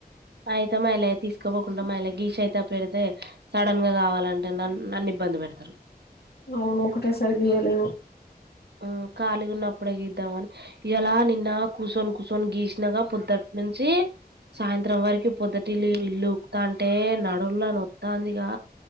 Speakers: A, on the right (about 90°); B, on the left (about 70°).
A: అయితే మాఏ లే తీసుకోపోకుండామాఏ లే గీషయితే పెడితే సడన్ గా కావాలంటే న నన్ను ఇబ్బంది పెడతరు
B: అవును ఒకటే సరి తీయాల
A: ఆ కాలి గా ఉన్నప్పుడు గీద్దామని ఎలా నిన్న కూర్చొని కూర్చొని గీసినగా పొద్దుటి నుంచి త్రం వరకు పొద్దటిలి ఇల్లు ఉకుతా అంటే నడుంళ నొత్తందిగా